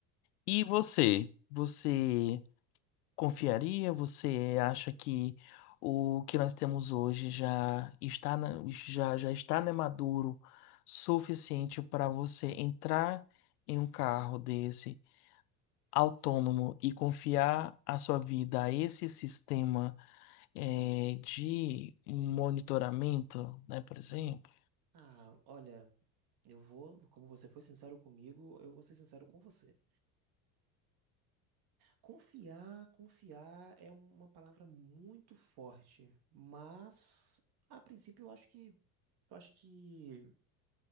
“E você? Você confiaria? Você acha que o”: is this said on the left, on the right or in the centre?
Left